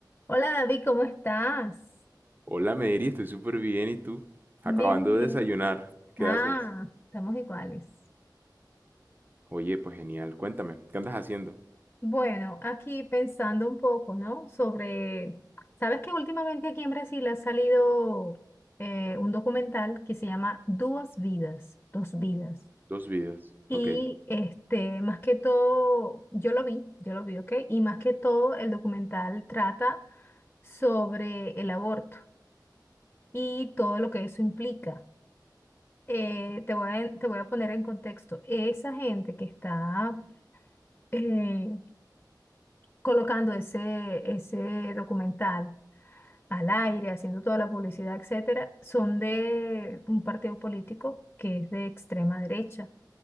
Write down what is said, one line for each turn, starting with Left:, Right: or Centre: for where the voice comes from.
Left: Hola David, ¿cómo estás?
Right: Hola Mary, estoy súper bien. ¿Y tú? Acabando
Left: Bien, bien.
Right: de desayunar. ¿Qué
Left: Ah,
Right: haces?
Left: estamos iguales.
Right: Oye, pues genial. Cuéntame, ¿qué andas haciendo?
Left: Bueno, aquí pensando un poco, ¿no? Sobre, sabes que últimamente aquí en Brasil ha salido eh, un documental que se llama Dos Vidas, Dos Vidas.
Right: Dos vidas.
Left: Y
Right: Ok.
Left: este, más que todo, yo lo vi, yo lo vi, ¿ok? Y más que todo, el documental trata sobre el aborto y todo lo que eso implica. eh, te voy a, te voy a poner en contexto. Esa gente que está eh, colocando ese, ese documental al aire, haciendo toda la publicidad, etcétera, son de un partido político que es de extrema derecha.